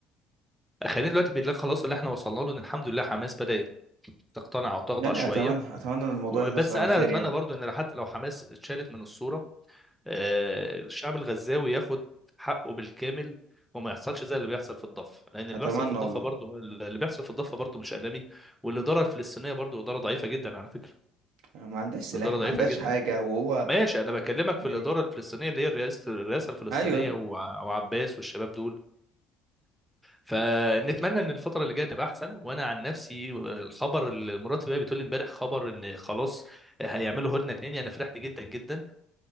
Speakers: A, in the centre; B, on the right.
A: خلينا دلوقتي بالله خلاص اللي احنا وصلنا له ان الحمد لله حماس بدأت تقتنع وتخضع
B: يعني
A: شويه
B: اتمنى اتمنى ان الموضوع
A: وبس
B: يخلص على
A: انا
B: خير
A: اتمنى
B: يعني
A: برضو ان حتى لو حماس اتشالت من الصوره آه، الشعب الغزاوي ياخد حقه بالكامل وما يحصلش زي اللي بيحصل في الضفه لان اللي
B: اتمنى
A: بيحصل في الضفه
B: والله
A: برضو اللي بيحصل في الضفه برضو مش آلامي والاداره الفلسطينيه برضو اداره ضعيفه جدا على فكره
B: ما عندهاش سلاح
A: اداره ضعيفه
B: ما عندهاش
A: جدا
B: حاجة وهو
A: ماشي انا بكلمك
B: يعني
A: في الاداره الفلسطينيه اللي هي الرئاسه الرئاسه الفلسطينيه
B: أيوة
A: وع- وعباس والشباب دول فنتمنى ان الفتره اللي جايه تبقى احسن وانا عن نفسي الخبر اللي مراتي بقى بتقول لي امبارح خبر ان خلاص هيعملوا هدنه تاني انا فرحت جدا جدا